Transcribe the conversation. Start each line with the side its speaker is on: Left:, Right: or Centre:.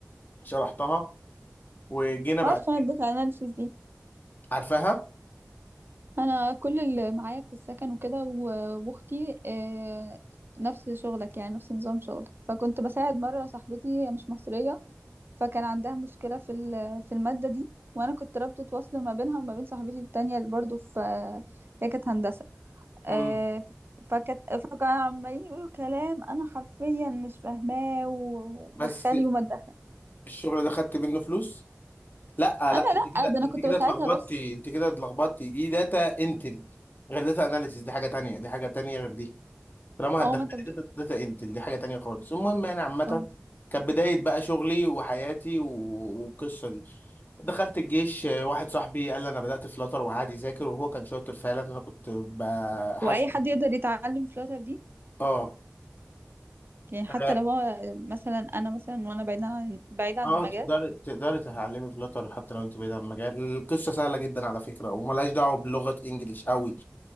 Left: شرحتها وجينا بعد
Right: عارفه
Left: كده
Right: انا اديت اناليسيس
Left: عارفاها
Right: انا كل اللي معايا في السكن وكده و- واختي آه، نفس شغلك يعني نفس نظام شغلك فكنت بساعد مره صاحبتي هي مش مصريه فكان عندها مشكله في ال- في الماده دي وانا كنت رابطه وصل ما بينها وما بين صاحبتي التانية اللي برضو في هي كانت هندسه آه،
Left: امم
Right: فكانت فكانوا عمالين يقولوا كلام انا حرفيا مش فاهماه ودخلي
Left: بس
Right: وما تدخلي
Left: الشغل ده خدت منه فلوس لا
Right: انا
Left: لا انت كده
Right: لا ده انا
Left: انت
Right: كنت
Left: كده
Right: بساعدها
Left: اتلخبطتي
Right: بس
Left: انت كده اتلخبطتي دي داتا انتل غير داتا اناليسيز دي حاجه تانية دي حاجه تانية غير دي طالما
Right: اه
Left: هتدخلي
Right: ما انت بتقول
Left: داتا داتا انت دي حاجه تانية خالص المهم يعني عامه
Right: اه
Left: كانت بدايه بقى شغلي وحياتي و- والقصه دي دخلت الجيش آه، واحد صاحبي قال لي انا بدات فلاتر وقعد يذاكر وهو كان شاطر فعلا انا كنت بحاسب
Right: واي حد يقدر يتعلم فلاتر دي
Left: اه
Right: يعني
Left: اه
Right: حتى لو هو مثلا انا مثلا وانا بعيدة عن بعيدة عن
Left: آه،
Right: المجال
Left: تقدري تقدري تتعلمي فلاتر حتى لو انت بعيد عن المجال القصه سهله جدا على فكره وملهاش دعوه بلغه انجليش قوي